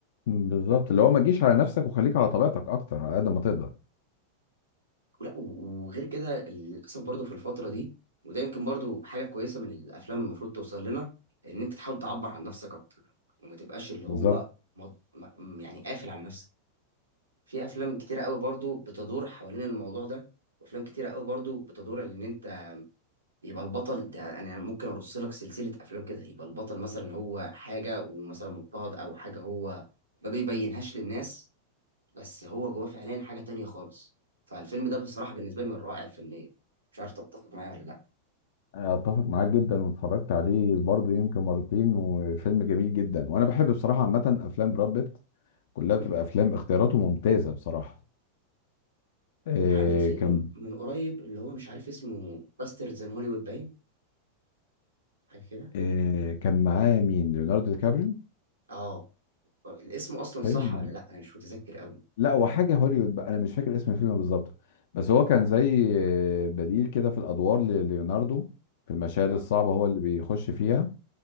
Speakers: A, on the left; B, on the right.
A: بالظبط اللي هو ما تجيش على نفسك وخليك على طبيعتك اكتر على قد ما تقدر
B: ولا و- وغير كده للاسف برضو في الفتره دي وده يمكن برضو حاجه كويسه من الافلام المفروض توصل لنا ان انت تحاول تعبر عن نفسك اكتر وما تبقاش اللي
A: بالظبط
B: هو مط... م- يعني قافل على نفسك في افلام كتيره قوي برضو بتدور حوالين الموضوع ده وافلام كتيره قوي برضو بتدور ان انت يبقى البطل ده انا ممكن ارص لك سلسله افلام كده يبقى البطل مثلا هو حاجه ومثلا مضطهد او حاجه هو ما بيبينهاش للناس بس هو جواه فعليا حاجة تانية خالص فالفيلم ده بصراحة بالنسبة لي من الرائع الفنية مش عارف تتفق معايا ولا لا
A: اتفق معاك جدا واتفرجت عليه برضه يمكن مرتين وفيلم جميل جدا وانا بحب بصراحه عامه افلام براد بيت كلها
B: مم.
A: بتبقى افلام اختياراته ممتازه بصراحه آه
B: كان عامل فيلم
A: كان
B: من قريب اللي هو مش عارف اسمه باسترد ان هوليوود باين حاجة كده
A: آه كان معاه مين ليوناردو دي كابريو
B: اه الاسم اصلا
A: فيلم
B: صح ولا لا انا مش متذكر قوي
A: لا وحاجه هوليوود بقى انا مش فاكر اسم الفيلم بالظبط بس هو كان
B: مم.
A: زي آه، بديل كده في الادوار لليوناردو في المشاهد
B: اه
A: الصعبه هو اللي بيخش فيها